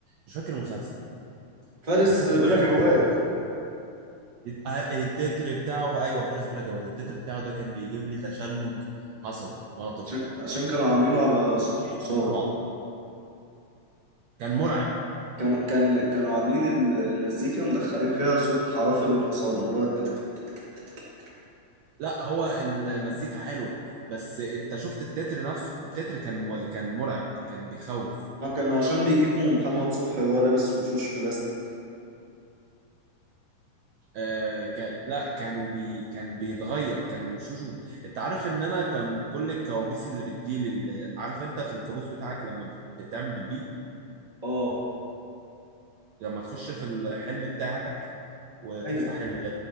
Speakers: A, on the right; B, on the right.
A: مش فاكر المسلسل
B: فارس
A: انا فاكر
B: بلا
A: التتر
B: جواد
A: بتاعه آه، التتر بتاعه ايوه فارس بلا جواد التتر بتاعه ده كان بيجيب لي تشنج عصبي وانا طفل
B: عشان عشان كانوا عاملينه على صوت الحصان
A: من الرعب كان مرعب
B: كانوا كان كانوا عاملين ال- المزيكا مدخلين فيها صوت حوافر الحصان اللي هو التتك التتك التتك.
A: لا هو المزيكا حلوه بس انت شفت التتر نفسه التتر كان م... كان مرعب كان بيخوف
B: ما كانوا عشان بيجيبوا محمد صبحي وهو لابس وشوش بلاستيك
A: آه ك... لا كانوا بي... كان بيتغير كان وشوشه انت عارف ان انا كان كل الكوابيس اللي بتجيلي اللي... عارف انت في الكابوس بتاعك لما بت... بتعمل بيبي
B: اه
A: لما تخش في الحلم بتاعك وتفتح
B: ايوه
A: ال...